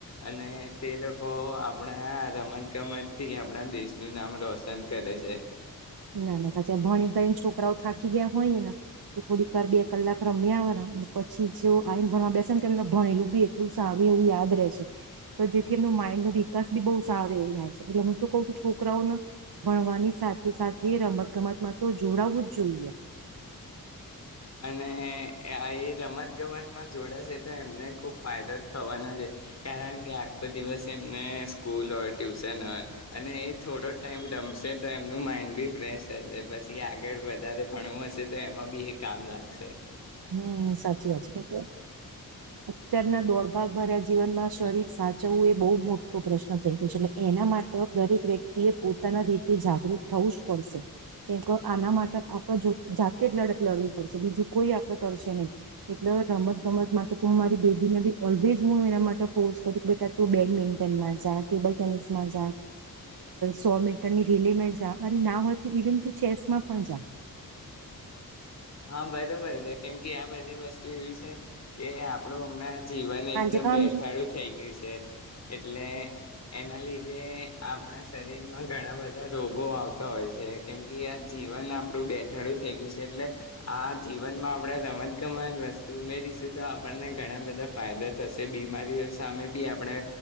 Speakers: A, on the left; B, on the right.
A: અને તે લોકો આપણા રમત ગમત થી આપણા દેશનું નામ રોશન કરે છે
B: ના ના સાચા ભણી કરીને છોકરાઓ થાકી ગયા હોયને તો થોડીક વાર બે કલાક રમ્યા આવવાના પછી જે આઈને ભણમાં બેસે ને એને ભણેલું બી એટલું સારું એવું યાદ રહે છે તો જેથી એમનું માઇન્ડ નો વિકાસ બી બહ સારો એવું રહેાય છે એટલે હું તો કઉ છું છોકરાઓને ભણવાની સાથે તે રમત ગમત માં તો જોડાવું જ જોઈએ
A: અને એ રમત ગમતમાં જોડાશે તો એમને ખુબ ફાયદો થવાનો છે કારણ કે આખો દિવસ એમને સ્કૂલ હોય ટ્યુશન હોય અને એ થોડો ટાઈમ રમશે તો એમનું માઇન્ડ બી ફ્રેશ થશે પછી આગળ વધારે ભણવું હશે તો એમાં બી કામ લાગશે
B: હમ સાચી વાત છે કે અત્યારના દોડભાગ ભર્યા જીવનમાં શરીર સાચવવું એ બહુ મોટો પ્રશ્ન થઈ ગયું છે એટલે એના માટે દરેક વ્યક્તિ એ પોતાના રીતે જાગૃત થવું જ પડશે કેમક આના માટે આપણે જાતે જ લડત લડવી પડશે બીજું કોઈ કરશે નહી એટલે રમત ગમત માટે ત મારી બેબીને બી ઓલવેઝ હું એના માટે ફોર્સ કર બેટા તું બેડમિન્ટનમાં જા ટેબલ ટેનિસમાં જા સો મીટર ની રેલીમાં જા અને ના હોય તો ઇવન તું ચેસમાં પણ જા
A: હા બરોબર છે કેમ કે આ બધી વસ્તુ એવી છે કે આપણું હમણાં જીવન એકદમ
B: સાંજે ખાવાનું
A: બેઠાડું
B: છે
A: થઈ ગયું છે એટલે એના લીધે આપણા સરી ઘણા બધા રોગો આવતા હોય છે કેમ કે આ જીવન આપડું બેઠાડું થઈ ગયું છે એટલે આ જીવનમાં આપણે રમતગમત વસ્તુ ઉમેરીશું તો આપણને ઘણા બધા ફાયદા થશે બીમારીઓ સામે બી આપણે